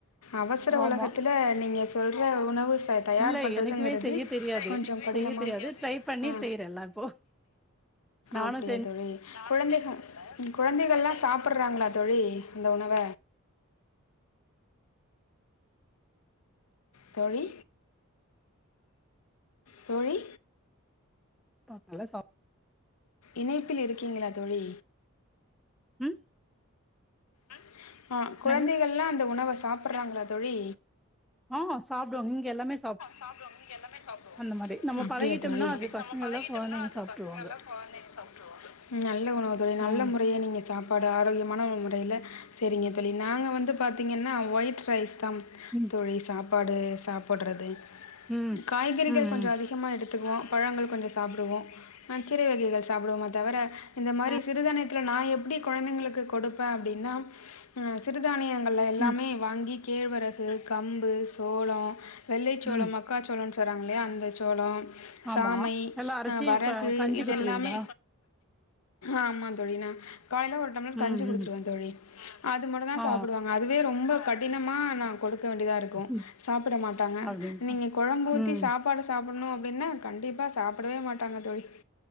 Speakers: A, on the left; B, in the centre.
A: அவசர உலகத்துல
B: ஆமா
A: நீங்க சொல் ஏ உணவு ச தயார்
B: இல்ல
A: பண்ணுறதுங்கிறது
B: எனக்குமே செய்ய தெரியாது
A: கொஞ்சம் கடினமான
B: செய்ய தெரியாது ட்ரை பண்ணி
A: ஆ,
B: செய்யறேன்ல்லா இப்போ நானும்
A: அப்படியா தோழி குழந்தைகள் குழந்தைகள்லாம் சாப்டுறாங்களா தோழி அந்த உணவ தோழி தோழி
B: கால்ல சாப்
A: இணைப்பில இருக்கீங்களா தோழி
B: ம்
A: ம் ஆ குழந்தைகள்லா
B: என்னங்க
A: அந்த உணவ ச சாப்பறாங்களா தோழி
B: ஆ சாப்டுவாங்க இங்க எல்லாமே
A: சாப்டுவாங்க எல்லாமே சாப்டுவாங்க
B: அந்த மாரி நம்ம
A: அப்டியா
B: பழகிட்டோம்னா
A: தோழி அந்த
B: அது
A: மாரி
B: பசங்கல்லா
A: நம்ப பழகிடோம்
B: கொழந்தைங்க
A: நா அது
B: சாப்ட்ருவாங்க
A: பங்களா கொழதங்கலா சப்ட்ருவாங்க நல்ல உணவு தோழி நல்ல
B: ம்
A: முரய நீங்க சாப் பாடு ஆரோக்கியமான முறையல செய்ரிங்க தோழி நாங்க வந்து பாத்தீங்கன்னா ஒயிட் ரைஸ் தம்
B: ம்
A: தோழி சாப் ப்பாடு சாப்படுறது
B: ம்
A: காய்கறிகள்
B: ம் ம்
A: கொஞ்சம் அதிகமா எடுத்துக்குவோம் பழங்கள் கொஞ்சம் சாப்டுவோம் அ கீரை வகைகள் சாப்டுவோம தவர இந்த மாரி
B: ம்
A: சிறுதானி இல்ல நா எப்டி கொழந்தைங்களுக்கு கொடுப்பேன் அப்டின்னா ம் சிறுதானிய ல எல்லாமே
B: ம்
A: வாங்கி கேழ்வரகு கம்பு சோளோ வெள்ளைச் சோலோ
B: ம்
A: மக்கா சோளோன்ச் சொறாங்கே அந்த சோளோ
B: ஆமா
A: சாமை
B: எல்லா அரச்சி
A: ஆ வரகு
B: இப்ப கஞ்சி
A: இதெல்லாமே
B: குத்துருவீங்களா
A: ஆமா தோழி நா காலேல ஒரு டம்ளர் கஞ்சி
B: ம்
A: குடுத்துருவவே
B: ம்
A: தோழி அது மட்டு தா
B: ஆ
A: சாப்பிடுவாங்க அதுவே ரொம்ப கடினமா நா குடு க்க வேண்டியிதா இருக்கு
B: ம்.
A: சாப்பிட மாட்டாங்க
B: அப்டிங்களா
A: நீங்க கொழம்பு ஊத்தி
B: ம்
A: சாப்பாடு சாப் உன்ணு அப்டின்னா கண்டிப்பா சாப்பிடவே மாட்டாங்க தோழி